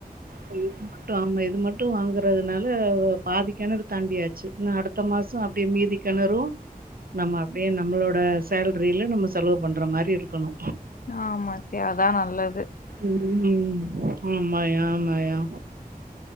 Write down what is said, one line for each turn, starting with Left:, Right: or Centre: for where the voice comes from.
Right: சரி ட்டு ஆமா இது மட்டு வாங்கறதுனால பாதிக்கெணறு தாண்டிாச்சு இன்னு அடுத்த மாஸ் சோ அப்டியே மீதி கிணறு நம்ம அப்டியே நம்மளோட சேல்ரில நம்ம செலவு பண்ற மாரி இருக்கணு
Left: ஆமாத்தியா அதா நல்லது
Right: ம் ம் ஆமாயா ஆமாயா